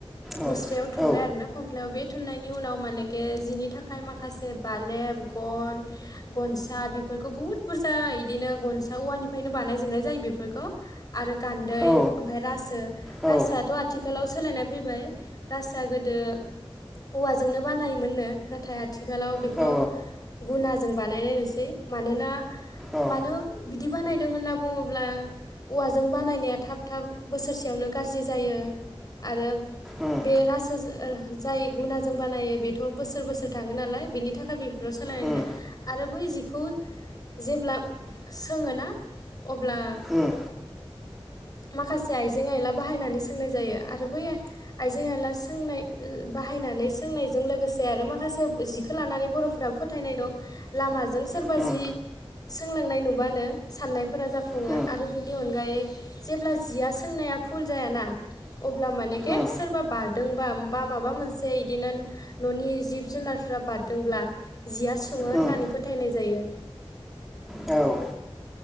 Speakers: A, in the centre; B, on the left.
A: औ
B: मुस्रायाव थुनबाय
A: औ
B: आरोना फमफ्लायाव बे थुननायनि उनाव मानेके जिनि थाखाय माखासे बालेब गन गनसा बेफोरखौ बुहुद बुरजा बिदिनो गनसा औवानिफ्रायनो बानायोबनाय जायो बेफोरखौ आरो गान्दै
A: औ
B: ओमफ्राय
A: औ
B: रासो आथ' आथिखालाव सोलायनाय फैबाय रासोआ गोदो औवाजोंनो बानायोमोननो नाथाय आथिखालाव
A: औ
B: खौ गुनाजों बानायनाय नुसै मानोना
A: औ
B: मानो बिदि बानायदों होनना बुङोब्ला औवाजों बानायनाया थाब थाब बोसोरसेयावनो गाज्रि जायो आरो
A: उम
B: बे रासो जाय गुनाजों बानायो बेथ' बोसोर बोसोर थाङो नालाय बेनि थाखाय दा सिफ्राव सोलायनाय नुदों
A: उम
B: आरो ब बै जिखौ जेब्ला सोङोना अब्ला
A: उम
B: माखासे आइजें आइला बाहायनानै सोंनाय जायो आरो बै आइजें आइला सोंनायजों लोगोसे आरो माखासे जिखो लानानै बरफ्रा फोथायनाय दं लामाजों सोरबा
A: उम
B: जि सोंलांनाय नुबानो साननायफोरा जाफुङो
A: उम
B: आरो बिनि अनगायै जेब्ला जिया सोंनाया फुल जायाना अब्ला मानेके
A: उम
B: सोरबा बार बारदोंबा बा माबा मोनसे बिदिनो न'नि जिब जुनारफ्रा बारदोंब्ला जिया सुङो होननानै
A: उम
B: फोथायनाय जायो। <unintelligible>
A: औ।